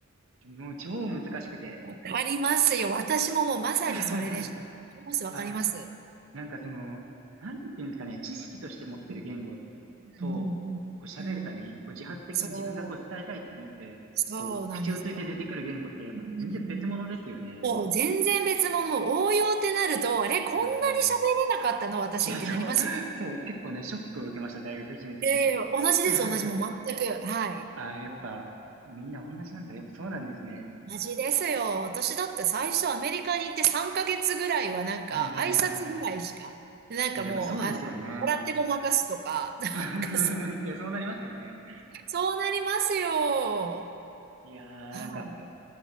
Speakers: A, on the right; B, on the right.
A: もう超難しくて。
B: うん。わかりますよ。私ももうまさにそれでした。
A: <laughs>
B: わかります、わかります。
A: あ、なんかその、なんていうんですかね、知識として持ってる言語
B: うんうんうん。
A: と、こう喋るために、
B: うん。
A: こう自発的に自分がこう伝えたいって思って、
B: そう、そうなんですよ。
A: こう口をついて出てくる言語ってやっぱ全然別物ですよね。
B: うんうんうんもう全然別物、もう応用ってなると、あれ、こんなに
A: うん。い
B: 喋れなかったの私ってなりますよね。
A: や、そう、そう、結構ね、ショックを受けました、大学1年生の時。
B: いやいや、同じです、
A: <laughs>
B: 同じ、もう全く。はい。
A: ああ、やっぱ、みんな同じなんだ。やっぱそうなんですね。
B: 同じですよ。私だって最初アメリカに行って3ヶ月ぐらいはなんか挨拶ぐらいしか、
A: はいはいはいはい。
B: なんかもう、
A: いや、でもそうですよね。
B: あの、笑ってごまかすとか、なんかそう、
A: <laughs> いや、そうなりますよね。
B: そうなりますよ。
A: いやー、
B: はい。
A: なんか、